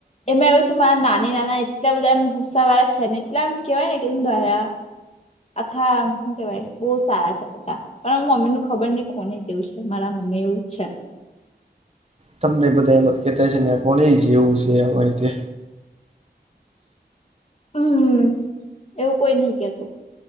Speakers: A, on the left; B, on the right.
A: એમાં એવું છે મારા નાની નાના એટલા બધા એમ ગુસ્સા વાળા છે ને એટલે એમ કેહેવાય ને કેમ દયા. આખા શું કેવાય બહુ સારા છેતા. પણ મમ્મી ન ખબર નહિ કોની જેવું છે મારા મમ્મી એવું જ છે.
B: તમને બધા એમાંત કેહેતા છે ને આ કોને જેવું છે આ રતે
A: હમ્મ એવું કોઈ નહ કેતું